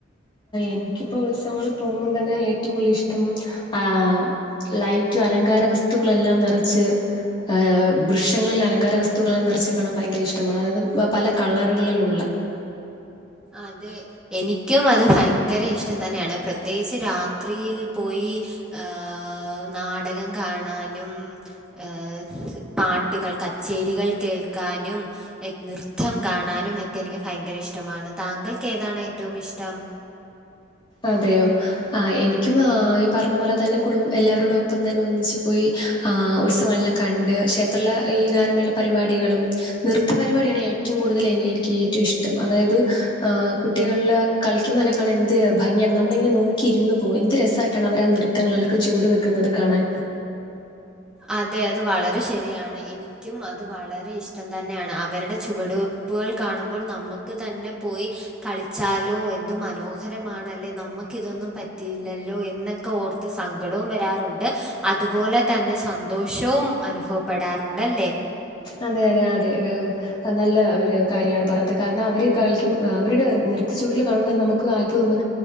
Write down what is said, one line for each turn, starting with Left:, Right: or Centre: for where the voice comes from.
Left: എനിക്കിപ്പോ ഉത്സവങ്ങൾ പോകുമ്പോം തന്നെ ഏറ്റവും കൂടുതൽ ഇഷ്ടം ആഹ് ലൈറ്റും അലങ്കാര വസ്തുക്കളെല്ലാം നിറച്ച് ആഹ് വൃക്ഷങ്ങളിൽ അലങ്കാര വസ്തുക്കളെല്ലാം നിറച്ച് കാണാൻ ഭയങ്കര ഇഷ്ടമാ അതായ പല കളറുകളിലുള്ള
Centre: അതെ എനിക്കും അത് ഭയങ്കര ഇഷ്ടം തന്നെയാണ് പ്രത്യേകിച്ച് രാത്രിയിൽ പോയി ആഹ് നാടകം കാണാനും ഏ പാട്ടുകൾ കച്ചേരികൾ കേൾക്കാനും നൃത്തം കാണാനും ഒക്കെ എനിക്ക് ഭയങ്കര ഇഷ്ടമാണ് താങ്കൾക്ക് ഏതാണ് ഏറ്റവും ഇഷ്ടം
Left: അതെയോ ആഹ് എനിക്കും ആഹ് ഈ പറഞ്ഞ പോലെ തന്നെ കുടും എല്ലാവരോടും ഒപ്പം തന്നെ ഒന്നിച്ച് പോയി ആഹ് ഉത്സവങ്ങളെല്ലാം കണ്ട് ക്ഷേത്രലെ ഈ ഗാനമേള പരിപാടികളും നൃത്തപരിപാടിയാണ് ഏറ്റവും കൂടുതൽ അല്ലെ എനിക്ക് ഏറ്റവും ഇഷ്ടം അതായത് ഏഹ് കുട്ടികൾലെ കളിക്കുന്നതന്നെ കാണാൻ എന്ത് ഭംഗിയാണ് നമ്മളിങ്ങനെ നോക്കി ഇരുന്ന് പോകും എന്ത് രസായിട്ടാണ് അവരാ നൃത്തങ്ങൾലൊക്കെ ചുവട് വെക്കുന്നത് കാണാൻ
Centre: അതെ അത് വളരെ ശരിയാണ് എനിക്കും അത് വളരെ ഇഷ്ടം തന്നെയാണ് അവരുടെ ചുവടു വ പ്പുകൾ കാണുമ്പോൾ നമക്ക് തന്നെ പോയി കളിച്ചാലോ എന്ത് മനോഹരമാണല്ലേ നമ ക്കിതൊന്നും പറ്റിയില്ലല്ലോ എന്നൊക്കെ ഓർത്ത് സങ്കടവും വരാറുണ്ട് അതുപോലെ തന്നെ സന്തോഷവും അനുഭവപ്പെടാറുണ്ടല്ലേ
Left: അതെ അതെ ആഹ് അതെ ഏഹ് നല്ല ഒരു കാര്യാണ് പറഞ്ഞത് കാരണം അവര് കളിക്കും അവരുടെ നൃത്ത ചുവടുകൾ കാണുമ്പം തന്നെ നമുക്ക് അത്ഭുതം തോന്ന